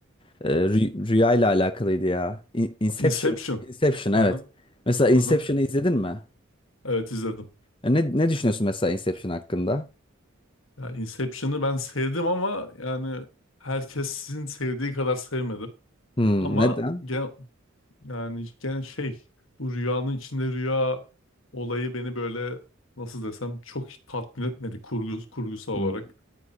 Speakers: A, on the left; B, on the left.
A: Ee, rü- rüya ile alakalıydı ya. İn- Inception.
B: Inception.
A: Inception evet.
B: Aha,
A: Mesela Inception'ı
B: aha.
A: izledin mi?
B: Evet izledim.
A: Ya Ne, ne düşünüyorsun mesela Inception hakkında?
B: Ya Inception'ı ben sevdim ama yani herkesin sevdiği kadar sevmedim.
A: Hmm,
B: Ama
A: neden?
B: gen, yani gen şey bu rüyanın içinde rüya olayı beni böyle nasıl desem çok tatmin etmedi kurgu, kurgusal
A: Hmm,
B: olarak